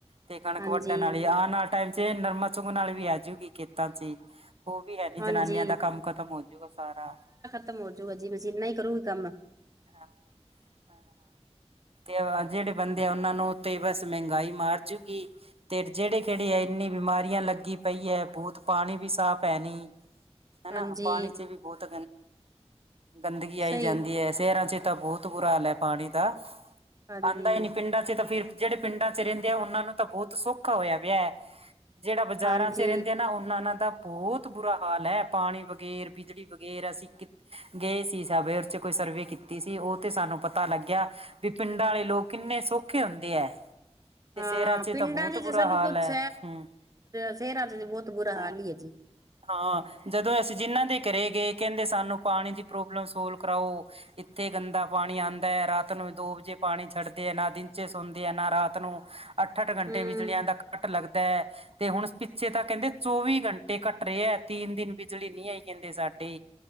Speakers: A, on the right; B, on the right.
A: ਤੇ ਕਣਕ
B: ਹਾਂਜੀ
A: ਵੱਢਣ ਵਾਲੀ ਆਣ ਵਾਲੇ ਟਾਈਮ ਚ ਨਰਮਾ ਚੂਗ ਵਾਲੀ ਵੀ ਆਜੂਗੀ ਖੇਤਾਂ ਚ ਹੀ ਉਹ ਵੀ ਹੈ ਨੀ
B: ਹਾਂਜੀ
A: ਜਨਾਨੀਆਂ ਦਾ ਕੰਮ ਖਤਮ ਹੋਜੂਗਾ ਸਾਰਾ
B: ਖਤਮ ਹੋਜੂਗਾ ਜੀ ਮਸ਼ੀਨਾ ਹੀ ਕਰੂਗੀ ਕੰਮ
A: ਹਾਂ, ਹਾਂ। ਤੇ ਜਿਹੜੇ ਬੰਦੇ ਆ ਉਹਨਾਂ ਨੂੰ ਉੱਤੇ ਬਸ ਮਹਿੰਗਾਈ ਮਾਰਜੂਗੀ ਤੇ ਜਿਹੜੇ ਕਿਹੜੇ ਹੈ ਇੰਨੀ ਬਿਮਾਰੀਆਂ ਲੱਗੀ ਪਈ ਹੈ ਬਹੁਤ ਪਾਣੀ ਵੀ ਸਾਫ਼ ਐਨੀ ਹਨਾ
B: ਹਾਂਜੀ
A: ਪਾਣੀ ਚ ਵੀ ਬਹੁਤ ਗੰਦਗੀ ਆਈ
B: ਸਹੀ
A: ਜਾਂਦੀ ਹੈ ਸ਼ਹਿਰਾਂ ਚ ਤਾਂ ਬਹੁਤ ਤੋ ਬੁਰਾ ਹਾਲ ਏ ਪਾਣੀ ਦਾ
B: ਹਾਂਜੀ
A: ਆਉਂਦਾ ਹੀ ਨਈ ਪਿੰਡਾਂ ਚ ਤਾਂ ਫਿਰ ਜਿਹੜੇ ਪਿੰਡਾਂ ਚ ਰਹਿੰਦੇ ਆ ਉਹਨਾਂ ਨੂੰ ਤਾਂ ਬਹੁਤ ਸੌਖਾ ਹੋਇਆ ਵਿਆਹ ਏ ਜਿਹੜਾ ਬਾਜ਼ਾਰਾਂ
B: ਹਾਂਜੀ
A: ਚ ਰਹਿੰਦੇ ਆ ਨਾ ਉਹਨਾਂ ਦਾ ਬਹੁਤ ਬੁਰਾ ਹਾਲ ਹੈ ਪਾਣੀ ਵਗੈਰ ਬਿਜਲੀ ਵਗੈਰ ਅਸੀਂ ਗਏ ਸੀ ਸਭ ਕੋਈ ਸਰਵੇ ਕੀਤੀ ਸੀ ਉਹ ਤੇ ਸਾਨੂੰ ਪਤਾ ਲੱਗਿਆ ਵੀ ਪਿੰਡਾਂ ਵਾਲੇ ਲੋਕ ਕਿੰਨੇ ਸੌਖੇ ਹੁੰਦੇ ਏ ਤੇ
B: ਹਾਂ
A: ਸ਼ਹਿਰ ਆ
B: ਪਿੰਡਾਂ
A: ਤਾਂ ਬਹੁਤ
B: ਚ
A: ਬੁਰਾ
B: ਸਭ
A: ਹਾਲ
B: ਕੁਛ
A: ਹੈ ਹੂੰ
B: ਸ਼ਹਿਰਾਂ ਚ ਬਹੁਤ ਬੁਰਾ
A: ਹਾਂ
B: ਹਾਲ ਹੀ ਹੈ ਜੀ
A: ਹਾਂ ਜਦੋਂ ਅਸੀਂ ਜਿੰਹਨਾਂ ਦੇ ਘਰੇ ਗਏ ਕਹਿੰਦੇ ਸਾਨੂੰ ਪਾਣੀ ਦੀ ਪ੍ਰੋਬਲਮ ਸੋਲਵ ਕਰਾਓ ਇੱਥੇ ਗੰਦਾ ਪਾਣੀ ਆਉਂਦਾ ਹੈ ਰਾਤ ਨੂੰ ਦੋ ਵਜੇ ਪਾਣੀ ਛੱਡਦੇ ਹੈ ਨਾ ਦਿਨ ਚ ਸੌਦੇ ਹੈ ਨਾ ਰਾਤ ਨੂੰ ਅੱਠ ਅੱਠ ਘੰਟੇ
B: ਹੂੰ
A: ਬਿਜਲੀਆਂ ਦਾ ਕੱਟ ਲੱਗਦਾ ਹੈ ਤੇ ਹੁਣ ਪਿੱਛੇ ਤਾਂ ਕਹਿੰਦੇ ਚੌਵੀ ਘੰਟੇ ਟੇ ਕੱਟ ਰੇ ਐ ਤਿੰਨ ਦਿਨ ਬਿਜਲੀ ਨਹੀਂ ਆਈ ਕਹਿੰਦੇ ਸਾਡੇ